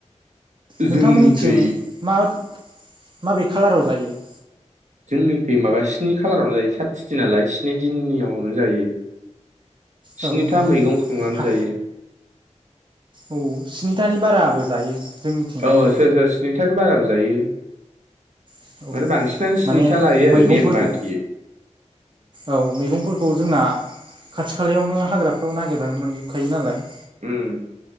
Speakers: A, on the right; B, on the right.
A: नोंथांमोननिथिं
B: जोंनिखै
A: म माबे खाालाराव जायो <unintelligible>
B: जोंनि खै माबा स्नि खालारावनो जायो साथिथि नालाय स्नि दिननियावनो जायो
A: औ
B: स्निथा मैगं खांनानै
A: हा
B: जायो।
A: औ स्निथानि बाराबो जायो। जोंनिथिंजायथ'
B: औ सोर सोर स्निथानि बाराबो जायो।
A: औ
B: मान बांसिनानो स्निथा
A: माने
B: लायो
A: मैगंफोरखौ
B: आरो नेम बथियो
A: औ मैगंफोरखौ जोंना खाथि खालायावनो हाग्राफ्राव नागिरबानो मोनजोबखायो नालाय
B: ओम